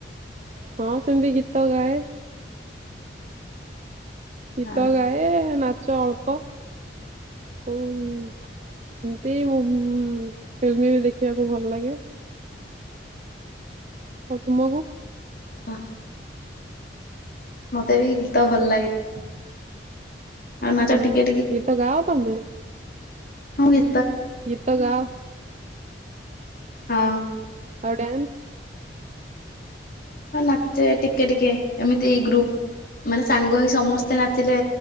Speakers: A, on the right (about 40°); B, on the left (about 50°).
A: ହଁ ସେମିତି ଗୀତ ଗାଏ। ଗୀତ
B: ଆଉ
A: ଗାଏ ନା ଚ ଅଳ୍ପ ଏମ-ଏମତି ମୁଁ ଫିଲ୍ମ ବି ଦେଖିବାକୁ ଭଲ ଲାଗେ। ଆଉ ତୁମକୁ?
B: ବାଃ ମୋତେ ବି ଗୀତ ଭଲ ଲାଗେ। ଆଉ ନାଚ
A: ହଁ
B: ଟିକେ
A: ହଁ ଗୀତ ଗାଅ ତୋମେ?
B: ହଁ ଗୀ
A: ଗୀତ ଗାଅ
B: ହଁ।
A: ଆଉ ଡ୍ୟାନ୍ସ?
B: ହଁ ନାଚେ, ଟିକେ ଟିକେ ଏମିତି ଗ୍ରୁପ ମାନେ ସାଙ୍ଗ ହେଇ ସମସ୍ତେ ନାଚିଲେ